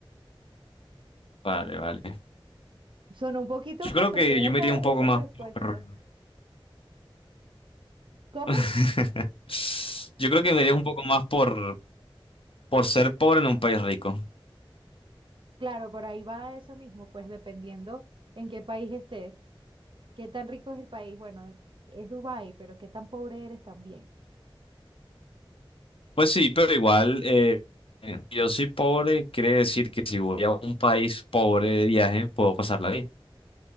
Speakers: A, on the left; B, on the right.
A: vale, vale.
B: Sonó un poquito
A: Yo creo
B: pesetera
A: que yo
B: esa,
A: me iría un
B: esa
A: poco más
B: respuesta.
A: por...
B: ¿Cómo?
A: <laughs> Yo creo que me iría un poco más por, por ser pobre en un país rico.
B: Claro, por ahí va eso mismo, pues dependiendo en qué país estés, qué tan rico es el país. Bueno, es Dubái, pero qué tan pobre eres también.
A: Pues sí, pero igual, eh, eh, yo soy pobre, quiere decir que si voy a un país pobre de viaje, puedo pasarla bien.